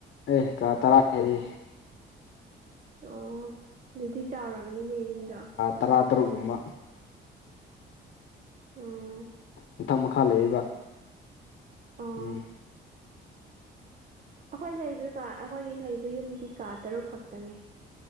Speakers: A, on the left; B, on the right.
A: ꯑꯦ ꯀꯥ ꯇꯔꯥ ꯍ‌ꯦꯜꯂꯤ꯫
B: ꯑꯣ ꯑꯗꯨꯗꯤ ꯆꯥꯎꯔꯝꯅꯤꯅꯦ ꯌꯨꯝꯗꫭ꯫
A: ꯇꯂꯥ ꯇꯔꯨꯛꯀꯨꯝꯕ
B: ꯎꯝ
A: ꯃꯪꯊꯛ ꯃꯈꯥ ꯂꯩꯌ‌ꯦꯕ꯫
B: ꯑꯣ
A: ꯎꯝ꯫
B: ꯑꯩꯈꯣꯏ ꯂꯩꯕ ꯀꯥ ꯑꯩꯈꯣꯏ ꯂꯩꯕ ꯌꯨꯝꯗꯤ ꯀꯥ ꯇꯔꯨꯛ ꯈꯛꯇꯅꯦ